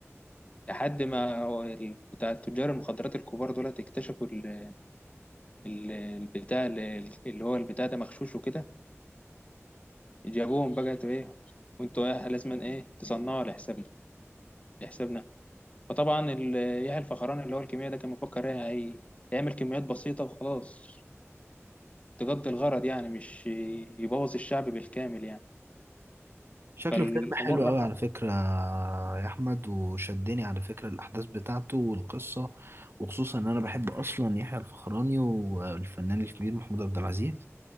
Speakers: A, on the left (about 25°); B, on the right (about 50°).
A: لحد ما هو ال- بتاع تجار المخدرات الكبار دول اكتشفوا ال- ال- البتاع ال- اللي هو البتاع ده مغشوش وكده جابوهم بقى تو ايه وانتوا ايه لازما ايه تصنعوا لحسابنا لحسابنا فطبعا ال- يحيى الفخراني اللي هو الكيمياء ده كان مفكر ايه هي- يعمل كميات بسيطة وخلاص تقضي الغرض يعني مش يبوظ الشعب بالكامل يعني
B: شكله
A: فالأمور
B: فيلم حلو
A: راح
B: قوي على فكرة يا أحمد وشدني على فكرة الأحداث بتاعته والقصة وخصوصا إن أنا بحب أصلا يحيى الفخراني والفنان الكبير محمود عبد العزيز